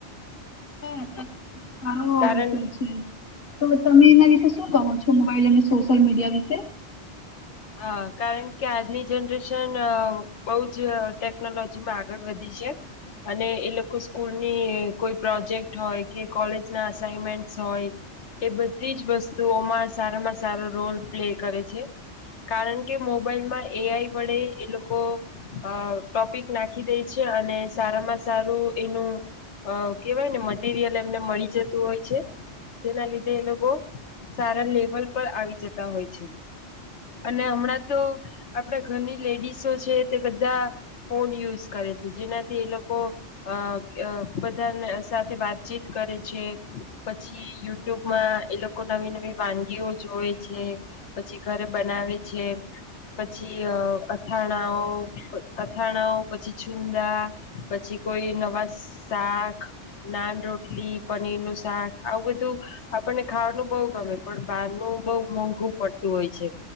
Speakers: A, on the left; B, on the left.
A: હમ્મ. સારો
B: કારણ
A: વિચાર છે. તો તમે એના વિશે શું કહો છો. તો મોબાઈલ અને સોશલ મીડિયા શે
B: હા કારણ કે આજની જનરેશન બોજ ટેકનોલોજી માં આગળ વધી ધી છે અને એ લોકો કોઈ સ્કૂલ ની કોઈ પ્રોજેક્ટ હોય, કે કોલેજના અસાાઈનમેન્ટ્સ હોય એ બધ બધી જ વસ્તુઓમાં સારામાં સારો રોલ પ્લે કરે છે. કારણકે મોબાઈલમાં એ આઈ વડે એ લોકો અહ ટોપિક નાખી દે છે અને સારામાં સારું એનું કેહેવાય ને મટીરિયલ એમને મળી જતું હોય છે, તેના લીધે એ લોકો સારા લેવલ પર આવી જતા હોય છે. અને હમણાં તો આપડા ઘરની લેડીસો છે તે બધા ફોન યુઝ કરે છે, જેનાથી એ લોકો અહ બધાને સાથે વાતચીત કરે છે, પછી યુટ્યુબમાં એ લોકો નવી નવી વાનગીઓ જોવે છે, પછી ઘરે બનાવે છે, પછી અહ અથાણાઓ અથાણાઓ, પછી છુંદા, પછી કોઈ નવા શાક, નાન, રોટલી, પનીર નું શાક આવું બધું આપણને ખાવાનું બહુ ગમે પણ બહારનું બહુ મોંઘું પડતું હોય છે,